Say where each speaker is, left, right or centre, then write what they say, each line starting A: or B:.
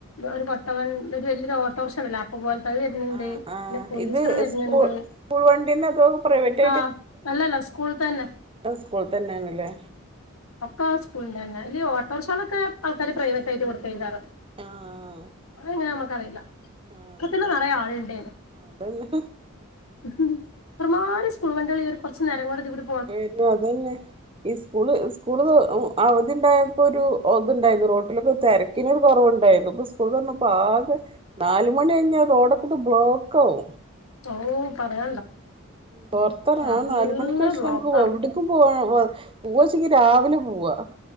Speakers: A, on the left (about 85°); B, on the right (about 25°).
A: ഒരു കൊട്ടവൻ ഒരു വലിയരു ഓട്ടോ റിഷണ്ടല്ല അതുപോലെ തന്നെ വരുന്നുണ്ട്
B: ആഹ് ആഹ്
A: അല്ല പോലീസർ
B: ഇത്
A: വരുന്നുണ്ട്
B: സ്കൂൾ സ്കൂൾ വണ്ടിന്നെ അതോ പ്രൈവറ്റ്
A: ആ നല്ലല്ല കുളുതന്നെ
B: ഇപ്പൊ സ്കൂളി തന്നെയാണല്ലേ
A: ഒക്കെ സ്കൂളിന്റെ തന്നെ അല്ലേ ഓട്ടോറിക്ഷകളൊക്കെ ആൾക്കാര് പ്രൈവറ്റ്യട്ട് കൊടുത്തേക്കാറോ
B: ആഹ്
A: അതങ്ങനെ നമ്മുക്കറിയില്ല
B: ആഹ്
A: ഓക്ക്ത്തിൽ നിറയ ആളുണ്ടേനു
B: അതന്നെ
A: ഇത്രമാരി സ്കൂൾ വണ്ടികളി ഒരു കൊറച്ചു നേരം കൊണ്ട് ദിവിടു
B: വരും അത തന്നെ ഈ സ്കൂള് കൂടുത അവധി ഉണ്ടായപ്പോ ഒരു അതുണ്ടായിരുന്നു റോട്ടിലൊക്കെ തിരക്കിനരു കുറവുണ്ടായിരുന്നു ഇപ്പൊ സു പ്പോ ആകെ നാലുമണി കഴിഞ്ഞാ റോഡൊക്കെ ഇപ്പൊ ബ്ലോക്ക് ആകും
A: ഓ പറയ
B: പുറത്തെറങ്ങ
A: നല്ല
B: ആ നാല മണിക്ക് ശേഷം
A: ബ്ലോക്കാണ്
B: നമുക്ക് എവിട് പോവാ പൂവച്ചെങ്കി രാവിലെ പോവാ